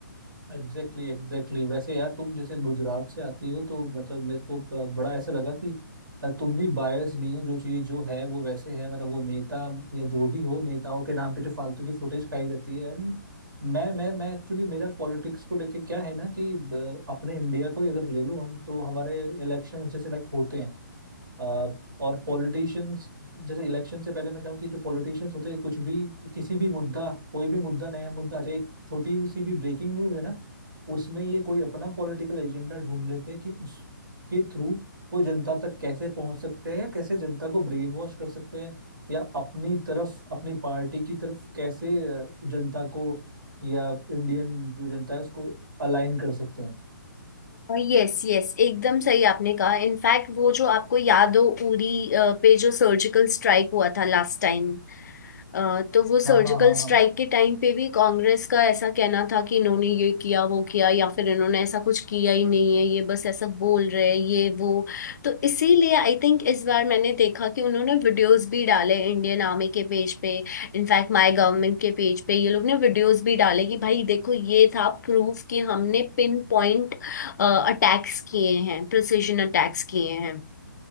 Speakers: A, on the right; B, on the left.
A: Exactly exactly, exactly exactly. वैसे यार तुम जैसे गुजरात से आती हो तो मतलब मेरे को ब- बड़ा ऐसा लगा कि अ, तुम भी बायस नहीं हो जो चीज जो है वो वैसे है मतलब वो नेता या जो भी हो नेताओं के नाम पे जो फालतू की फुटेज खाई जाती है एंड मैं मैं मैं एक्चुअली मेरा पॉलिटिक्स को लेके क्या है ना कि ब- अपने इंडिया को ही अगर ले लो हम तो हमारे इलेक्शंस जैसे लाइक होते हैं अ, और पॉलिटिशियंस जैसे इलेक्शन से पहले मैं चाहूँ कि जो पॉलिटिशियंस होते हैं कुछ भी किसी भी मुद्दा कोई भी मुद्दा नया मुद्दा आ जाए एक छोटी भी सी भी ब्रेकिंग न्यूज है ना उसमें ये कोई अपना पॉलिटिकल एजेंडा ढूंढ लेते हैं कि उसके थ्रू वो जनता तक कैसे पहुंच सकते हैं या कैसे जनता को ब्रेन वॉश कर सकते हैं या अपनी तरफ अपनी पार्टी की तरफ कैसे अ, जनता को या इंडियन जो जनता है उसको अलाइन कर सकते हैं
B: यस यस एकदम सही आपने कहा इनफैक्ट वो जो आपको याद हो उरी अ, पे जो सर्जिकल स्ट्राइक हुआ था लास्ट टाइम अ, तो वो सर्जिकल
A: हाँ हाँ हाँ हाँ
B: स्ट्राइक के टाइम पे भी कांग्रेस का ऐसा कहना था कि इन्होंने ये किया वो किया या फिर इन्होंने ऐसा कुछ किया ही नहीं है ये बस ऐसा बोल रहे हैं ये वो तो इसीलिए आई थिंक इस बार मैंने देखा कि उन्होंने वीडियोस भी डाले इंडियन आर्मी के पेज पे इनफैक्ट माय गवर्नमेंट के पेज पे ये लोग ने वीडियोस भी डाले कि भाई देखो ये था प्रूफ कि हमने पिन पॉइंट अटैक्स किए हैं प्रिसिजन अटैक्स किए हैं